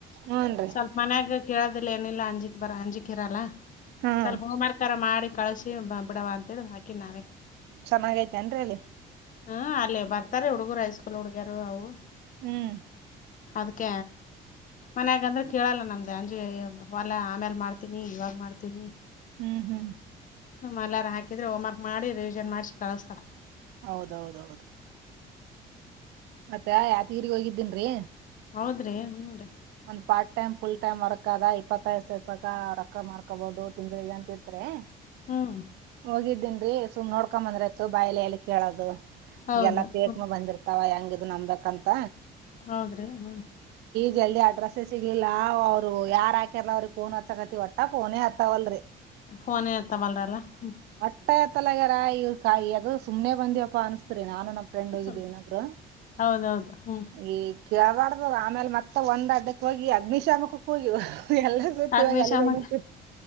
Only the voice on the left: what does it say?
ಸ್ವಲ್ಪ ಮನ್ಯಾಗ ಕೇಳಾದ್ರ ಪ್ಲನ ಆಂಜಿ ರ ಅಂಜಿಕಿರಲ್ಲ
ಸ್ವಲ್ಪ ಹೋಮಾರ್ರ ಮಾಡಿ ಕಳಸಿ ಬಿಡವ ಅಂತೇಳ ಹಾಕಿ ನಾವೇ
ಹ್ಮ ಅಲ್ಲೇ ಬರ್ತಾರೆ ಹುಡ್ಗರು ಹೈಸ್ಕೂಲ್ ಹುಡ್ಗ್ಯಾರರು ಅವು
ಅದ್ಕ ಮನ್ಯಾಗಂದ್ರೆ ಕೇಳಲ್ಲ ನಮ್ದ ಅಂಜಿ ಹೊಲ ಆಮ್ಯಲ್ ಮಾಡ್ತೀನಿ ಇವಾಗ ಮಾಡ್ತೀನಿ
ಸುಮ ಎಲ್ಲಾರ ಹಾಕಿದ್ರೆ ಹೋಮ್ ವರ್ಕ್ ಮಾಡಿ ರಿವಿಜನ್ ಮಾಡ್ಸಿ ಕಳಸ್ತಾ
ಹೋದ್ರಿ ಹ್ಮ್ ರಿ
ಹ್ಮ್
ಹೌದು
ಹ್ಮ್
ಹೌದ್ರಿ ಹ್ಮ
ಫೋನ್ತ ಬಲ್ರಲ್ಲ ಹ
ಸುಮ್ ಹೌದೌದು ಹ್ಮ್
ಅಗ್ನಿಶಾಮಕ